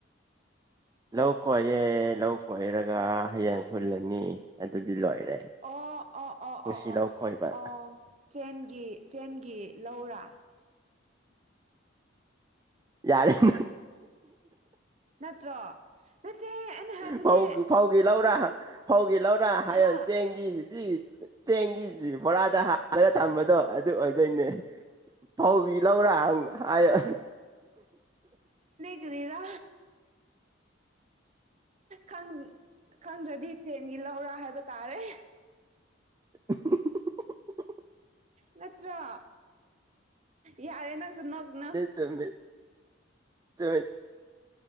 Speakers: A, on the right; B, on the right.
A: ꯂꯧ ꯀꯣꯏꯑꯦ ꯂꯧ ꯀꯣꯏꯔꯒ ꯍꯌꯦꯡ ꯈꯨꯨꯜꯂꯅꯤ ꯑꯗꯨꯗꯤ ꯂꯣꯏꯔꯦ
B: ꯑꯣ ꯑꯣ ꯑꯣ
A: ꯉꯁꯤ
B: ꯑꯣ ꯑꯣ
A: ꯂꯧ ꯈꯣꯏꯕ
B: ꯑꯣ ꯆꯦꯟꯒꯤ ꯆꯦꯟꯒꯤ ꯂꯧꯔꯥ
A: ꯌꯥꯔꯦ <inaudible>
B: ꯅꯠꯇ꯭ꯔꯣ ꯅꯠꯇꯦ ꯑꯩꯅ ꯍꯥꯏꯕꯗꯤ
A: ꯐꯧ ꯐꯧꯒꯤ ꯂꯧꯔ ꯐꯧꯒꯤ ꯂꯧꯔꯥ ꯍꯥꯏꯍꯣ
B: ꯍꯥ
A: ꯆꯦꯡꯒꯤ ꯆꯦꯡꯒꯤ ꯆꯦꯡꯗꯤ ꯕꯣꯔꯥꯗ ꯍꯥꯜꯂꯒ ꯊꯝꯕꯗꯣ ꯑꯗꯨ ꯑꯣꯏꯗꯣꯏꯅꯦ ꯐꯧꯒꯤ ꯂꯧꯔ ꯍꯥꯏꯌꯣ
B: ꯀꯔꯤꯔ ꯈꯪ ꯈꯪꯗ꯭ꯔꯗꯤ ꯆꯦꯟꯒꯤ ꯂꯧꯔꯥ ꯍꯥꯏꯕ ꯇꯥꯔꯦ
A: <inaudible>
B: ꯅꯠꯇ꯭ꯔꯣ ꯌꯥꯔꯦ ꯅꯪꯁꯨ ꯅꯣꯛꯒꯅꯣ
A: ꯆꯕꯤ ꯆꯣꯏ